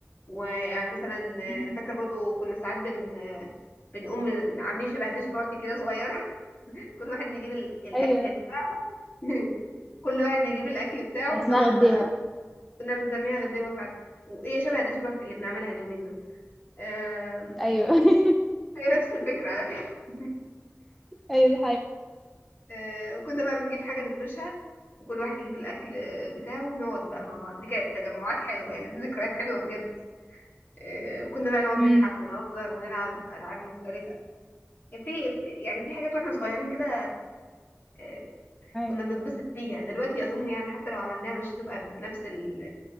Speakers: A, on the left; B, in the centre.
A: ويعني مثلا
B: مم.
A: أنا فاكرة برضو كنا ساعات بن بنقوم عاملين شبه ديش بارتي كده صغيرة <laughs> كل واحد بيجيب ال- الأكل
B: ايوه
A: بتاعه <laughs> كل واحد بيجيب الأكل بتاعه
B: يعني
A: ونقعد
B: اسمها غديوه
A: بقى كنا بنسميها غدوة فعلا وإيه شبه ديش بارتي اللي بنعملها اليومين دول آم،
B: ايوه <laughs>
A: هي نفس الفكرة على فكرة <laughs>
B: ايوه دي حاجه
A: آه، وكنا بقى بنجيب حاجة نفرشها وكل واحد يجيب الأكل آه، بتاعه ونقعد بقى مع بعض دي كانت تجمعات حلوة يعني دي ذكريات حلوة بجد آه، كنا بقى نقعد نضحك
B: امم
A: ونهزر ونلعب ألعاب مختلفة كان في يعني في حاجات واحنا صغيرين كده آه،
B: ايوه
A: كنا بنتبسط بيها دلوقتي أظن يعني حتى لو عملناها مش هتبقى بنفس ال-